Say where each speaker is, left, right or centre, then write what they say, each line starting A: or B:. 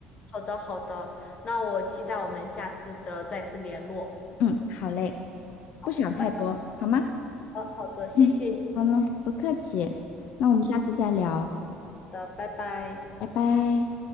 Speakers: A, on the left; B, on the left.
A: 好的，好的，那我期待我们下次的再次联络。
B: 嗯，好嘞，
A: 好，
B: 不想太多，
A: 拜拜。
B: 好吗？
A: 好的，谢谢你
B: 嗯，好了，不客气，那我们下次再聊，
A: 的，拜拜。
B: 拜拜。